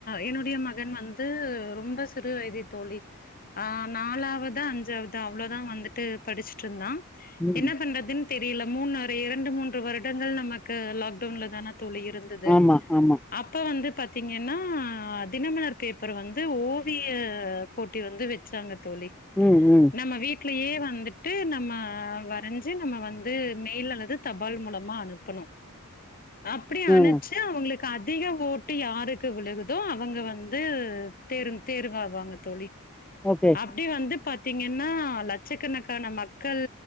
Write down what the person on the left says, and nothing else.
என்னுடைய மகன் வந்து ரொம்ப சிறு வயது தோழி ஆ நாலாவது அஞ்சாவது அவ்ளதா வந்துட்டு படிச்சிட்டு இந்தான்
என்ன பண்றதுன் தெரல மூண் ஒரு இரண்டு மூன்று வருடங்கள் நமக்கு லாக்டவுன்லதான தோழி இரு ந்துது
அப்ப வந்து பாத் தீங்கன்னா தினமலர் பேப்பர் வந்து ஓவிய போட்டி வந்து வெச்சாங்க தோழி
நம்ம வீட்லயே வந்துட்டு நம்ம வரைஞ்சு நம்ம வந்து மேல் அல்லது தபால் மூலமா அனுப்பணு அப்டி
அனுப்ச்சு அவுங்களுக்கு அதிக ஓட்டு யாரு க்கு விழுகுதோ அவுங்க வந்து தேர் தேர்வாவாங்க தோழி
அப்டி வந்து பாத் தீங்கனா லட்சக்கணக்கான மக்கள்